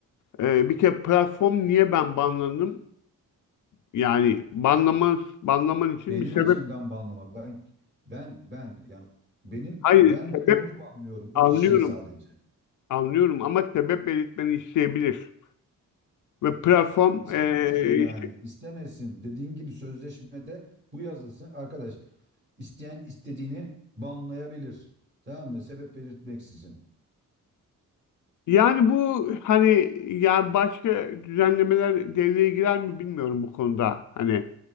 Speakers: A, on the left; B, on the right.
A: e, bir kere platform niye ben banlandım yani banlaman, banlaman için
B: Benim
A: bir sebep
B: açımdan banlama. Ben ben ben yani benim
A: hayır
B: ben
A: sebep
B: onu banlıyorum o
A: anlıyorum
B: kişiyi sadece.
A: anlıyorum ama sebep belirtmeni isteyebilir ve platform
B: İstemesin
A: e,
B: yani.
A: işte-
B: istemesin Dediğin gibi sözleşmede bu yazılsın. Arkadaş İsteyen istediğini banlayabilir. Tamam mı? Sebep belirtmeksizin.
A: yani bu hani ya başka düzenlemeler devreye girer mi bilmiyorum bu konuda hani